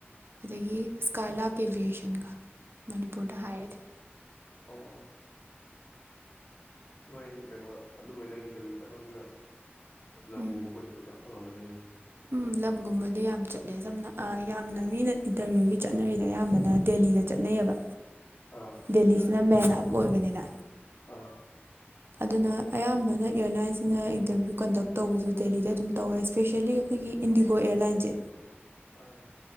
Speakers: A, on the right; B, on the left.
A: ꯑꯗꯒꯤ
B: ꯑꯣ
A: ꯁꯀꯥꯏꯂꯥ ꯑꯦꯚꯌꯦꯁꯟꯒ ꯃꯅꯤꯄꯨꯔꯗ ꯍꯥꯏꯔꯗꯤ
B: ꯑꯥ ꯑꯣ ꯑꯁ ꯅꯣꯏ ꯀꯩꯅꯣ ꯑꯗꯨꯃꯥꯏꯅ ꯊꯕꯤ ꯊ ꯅꯪꯅ ꯂꯪꯨꯕ
A: ꯎꯝ
B: ꯀꯣꯦ ꯌꯥꯝ ꯐꯪꯉꯝꯃꯅꯤꯅꯦ
A: ꯎꯝ ꯂꯝꯒꯨꯝꯕꯗꯤ ꯌꯥꯝ ꯆꯠꯂꯦ ꯁꯝꯅ ꯌꯥꯝꯅ ꯃꯤꯅ ꯏꯟꯇꯔꯚꯤꯌꯨꯒꯤ ꯆꯠꯅꯔꯤꯗ ꯑꯌꯥꯝꯕꯅ ꯗꯦꯜꯂꯤꯗ ꯆꯠꯅꯩꯌꯦꯕ
B: ꯑꯥ
A: ꯗꯦꯜꯂꯤꯁꯤꯅ ꯃꯦꯟ ꯍꯥꯄ ꯑꯣꯏꯕꯅꯤꯅ
B: ꯑꯥ
A: ꯑꯗꯨꯅ ꯑꯌꯥꯝꯕꯅ ꯑꯦꯌꯥꯔꯂꯥꯏꯟꯁꯤꯡꯅ ꯏꯟꯇꯔꯚ꯭ꯌꯨ ꯀꯟꯗꯛ ꯇꯧꯕꯁꯨ ꯗꯦꯜꯂꯤꯗ ꯑꯗꯨꯝ ꯇꯧꯋꯦ ꯏꯁꯄꯦꯁꯦꯜꯂꯤ ꯑꯩꯈꯣꯏꯒꯤ ꯏꯟꯗꯤꯒꯣ ꯑꯦꯌꯥꯔꯂꯥꯏꯟꯁꯦ
B: ꯑ